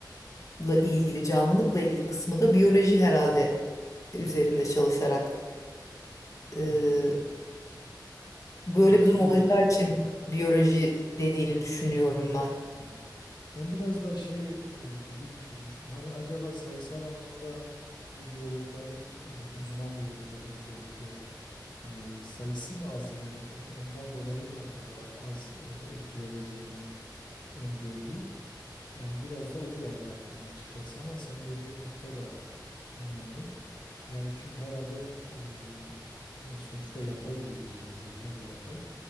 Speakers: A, on the left; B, on the left.
A: ilgili, canlılıkla ilgili kısmı da biyoloji herhalde üzerinde çalışarak e,
B: Evet.
A: böyle
B: Katılıyorum
A: bir durum olacağı
B: aynı.
A: için biyoloji dediğini düşünüyorum ben.
B: Evet. Ben biraz da şey e, gibi düşünmüştüm. Hani acaba sayısal anlamda bu biyologların, e, uzman biyologların özellikle e, sayısı mı az yani o- ondan dolayı mı acaba az e, etkileneceğini öngördü? Yani biraz da o geldi aklıma açıkçası ama senin dediğin nokta da önemli. Yani çünkü herhalde e, ya sonuçta yapay diyoruz yani zeka da yapay